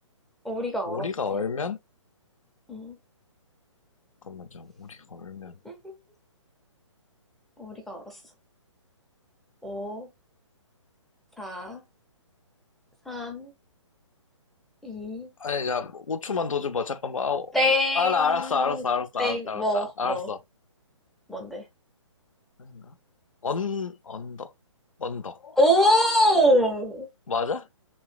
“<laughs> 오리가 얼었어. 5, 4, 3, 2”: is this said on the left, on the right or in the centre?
Centre